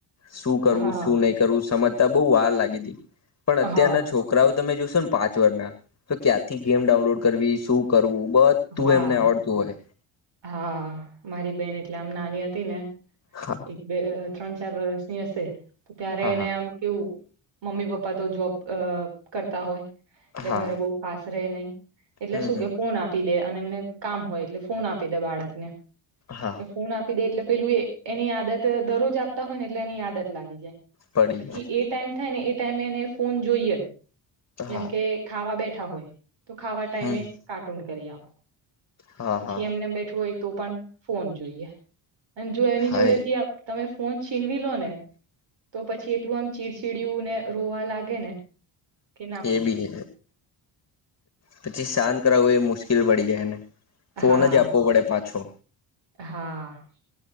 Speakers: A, on the left; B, on the right.
A: શું કરવું
B: હા
A: શું નહી કરવું સમજતા બઉ વાર લાગી હતી, પણ અત્યારના
B: હા
A: છોકરાઓ તમે જો પાંચ વર ના તો ક્યાંથી ગેમ ડાઉનલોડ કરવી શું કરવું, બધ તું
B: હા
A: એમને આવડતું હોય
B: હા મારી બેન એટલે આમ નાની હતી ને
A: હા
B: એક બે ત્રણ ચાર વરષની હશે તો ત્યારે
A: હા
B: એને
A: હા
B: આમ કેવું મમ્મી પપ્પા તો જોબ કરતા હોય એલે
A: હા
B: ઘરે બહ ખાસ રહે નહીિ એટલે
A: હમ
B: શું
A: હમ
B: કે ફોન આપી દે અને એમને કામ હોય એટલે ફોન આપી દે બાળકને
A: હા
B: એ ફોન આપી દે એટલે પેલું એ એની આદત દરરોજ આપતા હોય ને એટલે એની આદત લાગી જાય
A: પડી
B: પછી
A: ગયા
B: એ ટાઈમ થાય ને એ ટાઈમે એને ફોન જોઈએ જ જેમ
A: હા
B: કે ખાવા બેઠા તો ખાવા ટાઈમે
A: હમ
B: કાર્ટૂન કરી આપો
A: હા
B: પછી
A: હા
B: એમને બેઠું હોય તો પણ ફોન જોઈએ અને જો એની
A: હા
B: જોડે થી તમે ફોન છીનવી લો ને તો પછી એટલું આમ ચીડચીડયું ને રોવા લાગે ને કે ના પૂછો
A: એ બી પછી શંત ું એ મુશ્કેલ પડી જાયને ફોન
B: હા
A: જ આપવો પડે પાછો
B: હા